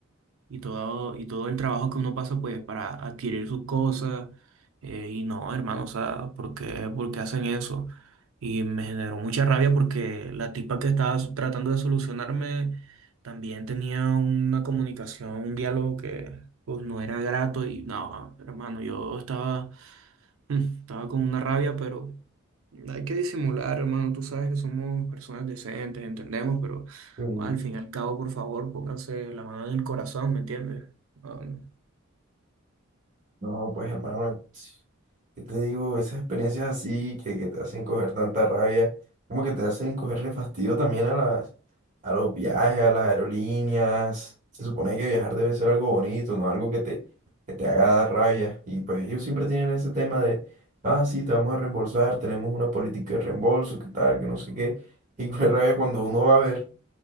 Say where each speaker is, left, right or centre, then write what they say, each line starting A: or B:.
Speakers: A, on the right (about 80°); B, on the right (about 40°).
A: y todo, y todo el trabajo que uno pasa pues para adquirir sus cosas. eh, y no, hermano, o sea, ¿por qué, por qué hacen eso? Y me generó mucha rabia porque la tipa que estaba s- tratando de solucionarme también tenía una comunicación, un diálogo que pues no era grato y no, hermano, yo estaba... Mm, Estaba con una rabia, pero hay que disimular, hermano. Tú sabes que somos personas decentes, entendemos, pero
B: Mm,
A: bueno, al fin y al cabo, por favor, pónganse la mano en el corazón, ¿me entiendes? Ah, no.
B: No, pues hermano, ¿Qué te digo? Esas experiencias así que, que te hacen coger tanta rabia, como que te hacen cogerle fastidio también a las, a los viajes, a las aerolíneas. Se supone que viajar debe ser algo bonito, no algo que te, que te haga dar rabia. Y pues ellos siempre tienen ese tema de, ah, sí, te vamos a reembolsar, tenemos una política de reembolso, qué tal, que no sé qué. <laughs> Y pues rabia cuando uno va a ver